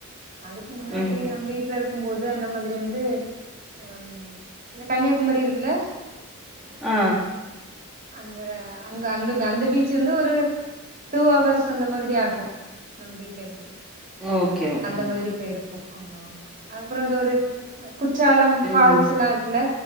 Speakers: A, on the right; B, in the centre.
A: அதுக்கு முன்னாடி
B: ம்.
A: நம்ம வீட்டு்ல இருக் க்கும்போது அந்த மாதிரி வந்து அ இந்த கன்னியாகுமரி இருக்குல்ல
B: ஆ
A: அங்க அங்க அங்க அந்த பீச் வந்து ஒரு டூ ஹவர்ஸ் அந்த மாதிரி ஆகும் நம்ம வீட்டுல இருந்து
B: ஓகே, ஓகே.
A: அந்த மாதிரி போயிருக்கும் ஆமா ஆமா அதுக்கப்புற அந்த ஒரு குற்றாலம்
B: ம்.
A: ஃபால்ஸ் எல்லா இருக்குல்ல